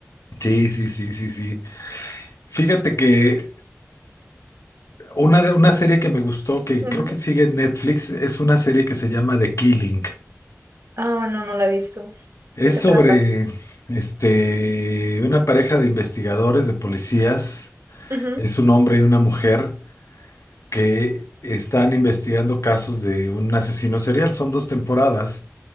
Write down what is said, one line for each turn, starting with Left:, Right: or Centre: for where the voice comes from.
Left: sí, sí, sí, sí, sí. Fíjate que una, de, una serie que me gustó, que
Right: Ujú.
Left: creo que sigue en Netflix, es una serie que se llama The Killing.
Right: Ah, no, no la he visto.
Left: Es
Right: ¿De qué
Left: sobre
Right: trata?
Left: este, una pareja de investigadores, de policías,
Right: Ujú,
Left: es un hombre y una mujer que están investigando casos de un asesino serial. Son dos temporadas.